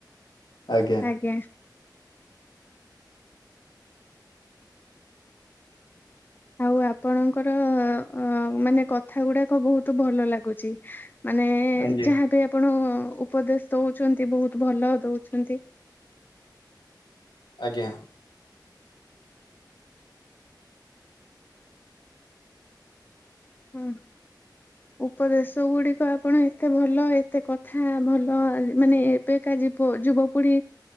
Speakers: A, on the left; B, on the left.
A: ଆଜ୍ଞା।
B: ଆଜ୍ଞା। ଆଉ ଆପଣଙ୍କର ଅ ମାନେ କଥା ଗୁଡାକ ବହୁତୁ ଭଲ ଲାଗୁଚି। ମାନେ
A: ଆଜ୍ଞା।
B: ଯାହାବି ଆପଣ ଉପଦେଶ୍ ଦଉଚନ୍ତି ବହୁତ୍ ଭଲ ଦଉଛନ୍ତି।
A: ଆଜ୍ଞା।
B: ହୁଁ ଉପଦେଶ୍ ଗୁଡିକ ଆପଣ ଏତେ ଭଲ ଏତେ କଥା ଭଲ ମାନେ ଏବେକା ଯିବ-ଯୁବପିଢି